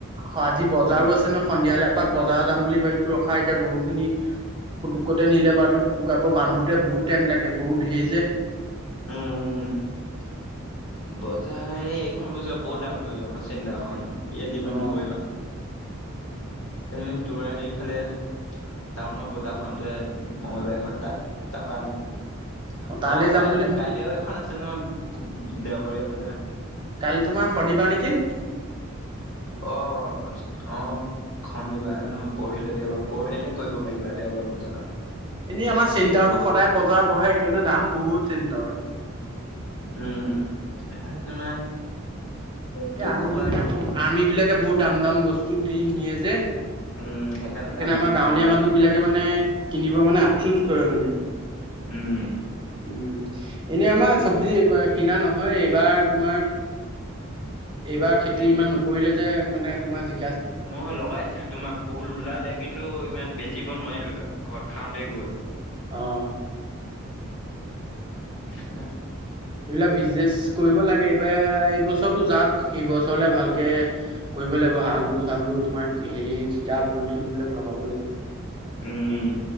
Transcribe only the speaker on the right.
অ আজি বজাৰো
আছে ন সন্ধিয়ালৈ এপাক বজাৰ যাম বুলি ভাবিছোঁ খাই এতিয়া গৰুখিনি পুতুকতে নিলে বাৰু পুতুক আকৌ বান্ধোতে বহুত টাইম লাগে গৰু ধেই যে।
অ
অ তালৈ
যাম
বুলি ভাব
কাইলে তোমাৰ শনিবাৰ নেকি?
উম,
এনেই আমাৰ চিন্তাতো সদায় বজাৰ বহে কিন্তু দাম বহুত চিন্তত
এই আৰ্মি
বিলাকে
বহুত আৰ্মি বিলাকে বহুত দাম -দাম বস্তু দি নিয়ে যে
সেইকাৰণে
আমাৰ গাঁৱলীয়া
মানুহ বিলাকে মানে কিনিব মানে আফচোচ কৰে মানে
উম, এনে আমাৰ চব্জি এইবাৰ কিনা নহয় এইবাৰ তোমাৰ এইবাৰ খেতি
ইমান নকৰিলে যে মানে তোমাৰ জি
অ'।
এইবিলাক বিজনেছ কৰিব লাগে এইবাৰ এইবছৰতো যাওঁক হি বছৰলে ভালকে কৰিব লাগিব
আলু- চালু তোমাৰ হেৰি জিকা ভোল -চোলবিলাক লগাব লাগিব।